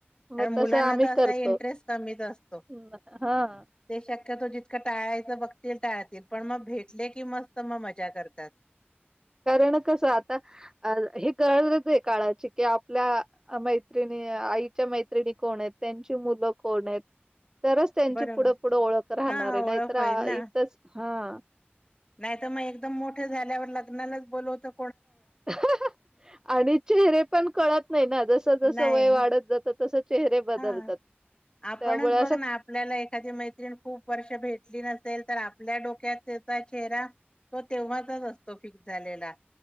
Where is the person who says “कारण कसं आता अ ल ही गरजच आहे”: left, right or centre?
Right